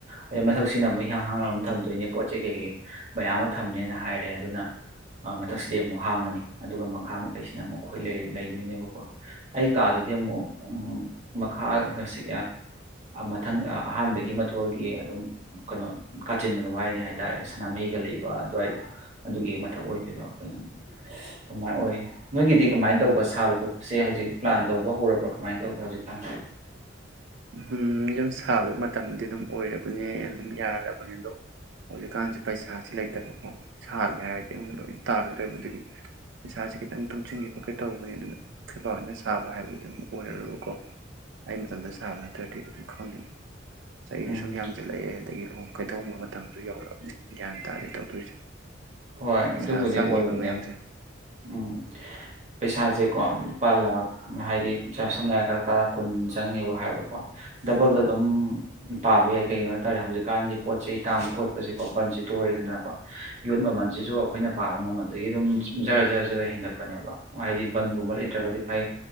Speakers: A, on the right (about 40°); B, on the right (about 65°).
A: ꯑꯗꯩ ꯃꯊꯛꯁꯤꯅ ꯑꯃꯨꯛ ꯏꯍꯥꯡ ꯍꯥꯡꯅ ꯑꯗꯨꯝ ꯊꯝꯗꯣꯏꯅꯦ ꯄꯣꯠ ꯆꯩ ꯀꯩꯀꯩ ꯃꯌꯥꯝ ꯑꯃ ꯊꯝꯅꯦꯅ ꯍꯥꯏꯔꯦ ꯑꯗꯨꯅ ꯃꯊꯛꯁꯤꯗꯤ ꯑꯃꯨꯛ ꯍꯥꯡꯉꯅꯤ ꯑꯗꯨꯒ ꯃꯈꯥ ꯃꯈꯩꯁꯤꯅ ꯑꯃꯨꯛ ꯑꯩꯈꯣꯏ ꯂꯩꯗꯣꯏꯅꯦꯕꯀꯣ ꯑꯩ ꯀꯥꯗꯨꯗꯤ ꯑꯃꯨꯛ ꯃꯈꯥ ꯉꯁꯤ ꯃꯊꯪ ꯑꯍꯥꯟꯕꯒꯤ ꯃꯊꯣꯜꯒꯤ ꯑꯗꯨꯝ ꯀꯩꯅꯣ ꯀꯥꯆꯤꯟꯗꯅ ꯋꯥꯏꯅꯤ ꯍꯥꯏꯇꯥꯔꯦ ꯁꯅꯥꯃꯍꯤꯒ ꯂꯩꯕ ꯑꯗꯨꯋꯥꯏꯗꯣ ꯑꯗꯨꯒꯤ ꯃꯊꯛ ꯑꯣꯏꯗꯣꯏꯕ ꯑꯩꯈꯣꯏꯅ ꯀꯃꯥꯏ ꯑꯣꯏ ꯅꯣꯏꯒꯤꯗꯤ ꯀꯃꯥꯏꯅ ꯇꯧꯕ ꯁꯥꯕ ꯈꯣꯠꯄꯁꯦ ꯍꯧꯖꯤꯛ ꯄ꯭ꯂꯥꯟ ꯇꯧꯕ ꯍꯧꯔꯕ꯭ꯔꯥ ꯀꯃꯥꯏꯅ ꯇꯧꯒꯦ ꯍꯧꯖꯤꯛꯀꯥꯟ
B: ꯎꯝ ꯌꯨꯝ ꯁꯥꯕ ꯃꯇꯝꯗꯤ ꯑꯗꯨꯝ ꯑꯣꯏꯔꯕꯅꯦ ꯑꯗꯨꯝ ꯌꯥꯔꯕꯅꯤ ꯑꯗꯣ ꯍꯧꯖꯤꯛꯀꯥꯟꯁꯤ ꯄꯩꯁꯥꯁꯤ ꯂꯩꯇ ꯇꯕꯀ‌ꯣ ꯁꯥꯒꯦ ꯍꯥꯏꯔꯗꯤ ꯑꯃꯨ ꯇꯥꯒꯗꯣꯏꯕ ꯑꯗꯨꯒꯤ ꯏꯁꯥꯁꯦ ꯈꯤꯇꯪ ꯇꯨꯡꯁꯤꯟꯒꯦ ꯈꯣꯠꯀꯦ ꯇꯧꯕꯅꯤ ꯑꯗꯨꯅ ꯈꯣꯏ ꯕꯥ ꯑꯣꯏꯅ ꯁꯥꯕ ꯍꯥꯏꯕꯗꯨꯝ ꯑꯣꯏꯔꯔꯣꯏꯕꯀꯣ ꯑꯩ ꯃꯇꯝꯗ ꯇꯥꯕ ꯅꯠꯇ꯭ꯔꯗꯤ ꯑꯗꯨ ꯈꯪꯗꯦ ꯆꯍꯤꯁꯨ
A: ꯎꯝ
B: ꯁꯨꯝ ꯌꯥꯝꯗꯤꯂꯛꯑꯦ ꯑꯗꯒꯤ ꯂꯨꯍꯣꯡ ꯀꯩꯗꯣꯡꯕ ꯃꯇꯝ ꯑꯗꯨ ꯌꯧꯔꯑꯅꯤ ꯒ꯭ꯌꯥꯟ ꯇꯥꯔꯦ ꯇꯧꯗꯣꯏꯁꯦ
A: ꯍꯣꯏ
B: ꯄꯩꯁꯥ
A: ꯑꯗꯨꯕꯨꯗꯤ
B: ꯆꯪꯉꯤꯕ
A: ꯑꯣꯏꯕꯅꯦ
B: ꯃꯌꯥꯝꯁꯦ
A: ꯎꯝ ꯄꯩꯁꯥꯁꯦꯀꯣ ꯂꯨꯄꯥ ꯂꯥꯛꯈ ꯍꯥꯏꯗꯤ ꯁꯝꯅ ꯍꯥꯏꯔꯀꯗ ꯂꯄꯥ ꯂ ꯀꯨꯟ ꯆꯪꯉꯦꯕ ꯍꯥꯏꯕꯀꯣ ꯗꯕꯜꯗ ꯑꯗꯨꯝ ꯄꯥꯕ ꯌꯥꯏ ꯀꯩꯒꯤꯅꯣ ꯍꯥꯏ ꯇꯔꯦ ꯍꯧꯖꯤꯛꯀꯥꯟꯗꯤ ꯄꯣꯠ ꯆꯩ ꯇꯥꯡꯕ ꯈꯣꯠꯄꯁꯤꯀꯣ ꯕꯟꯁꯤ ꯇꯣꯏꯔꯦꯗꯗꯅꯀꯣ ꯌꯣꯠ ꯃꯃꯜꯁꯤꯁꯨ ꯑꯩꯈꯣꯏꯅ ꯄꯥꯕ ꯃꯃꯜꯗꯨꯗꯒꯤ ꯑꯗꯨꯝ ꯖꯔ ꯖꯔ ꯖꯔ ꯍꯦꯟꯒꯠꯄꯅꯦꯕ ꯍꯥꯏꯗꯤ ꯕꯟꯒꯨꯝꯕ ꯂꯩꯇ꯭ꯔꯒꯗꯤ ꯐꯩ